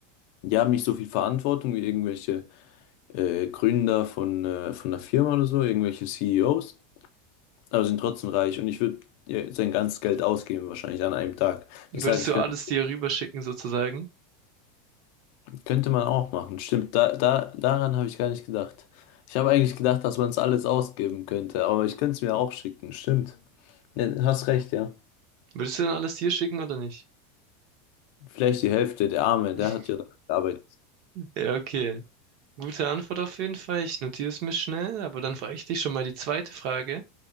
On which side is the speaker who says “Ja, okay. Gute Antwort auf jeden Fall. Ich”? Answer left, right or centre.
Right